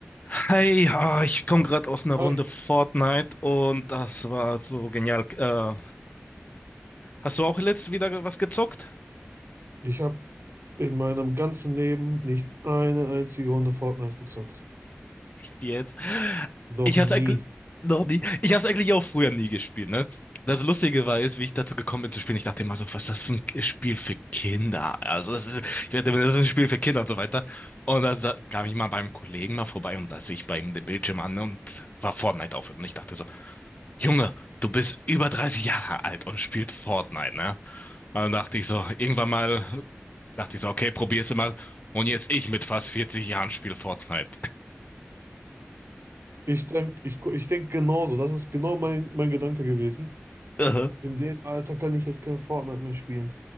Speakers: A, on the left; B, on the right.
A: Hey, ah, ich komme gerade aus einer Runde
B: Hi,
A: Fortnite und das war so genial. Äh, hast du auch letztes wieder ge- was gezockt?
B: ich habe in meinem ganzen Leben nicht eine einzige Runde Fortnite gezockt.
A: jetzt.
B: Noch
A: Ich hab's
B: nie.
A: eigentlich noch nie. Ich hab's eigentlich auch früher nie gespielt, ne? Das Lustige war ist wie ich dazu gekommen bin zu spielen. Ich dachte immer so, was ist das für ein K- Spiel für Kinder? Also das ist, ich dachte mir, das ist ein Spiel für Kinder und so weiter. Und dann sa- kam ich mal beim Kollegen mal vorbei und da sehe ich bei ihm den Bildschirm an und war Fortnite auf. Und ich dachte so, Junge, du bist über 30 Jahre alt und spielst Fortnite, ne? Und dann dachte ich so, irgendwann mal, dachte ich so, okay, probier's mal. Und jetzt ich mit fast 40 Jahren spiele Fortnite.
B: Ich denk, ich, gu- ich denk genauso. Das ist genau mein, mein Gedanke gewesen.
A: <laughs>
B: In dem Alter kann ich jetzt kein Fortnite mehr spielen.